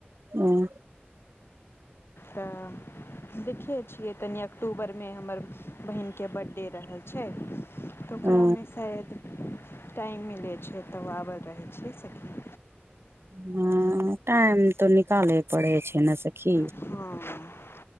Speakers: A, on the right; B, on the left.
A: ऊंअ <unintelligible>
B: तऽ देखे छियै तनि अक्टूबर मे हमर बहिन के बर्थडे रहै छै तऽ ओकरामे
A: ओ
B: शायद टाइम मिलै छै त उ आबल रहै छै सखी
A: ह टाइम त निकालै पड़ै छै नै सेखी
B: हँ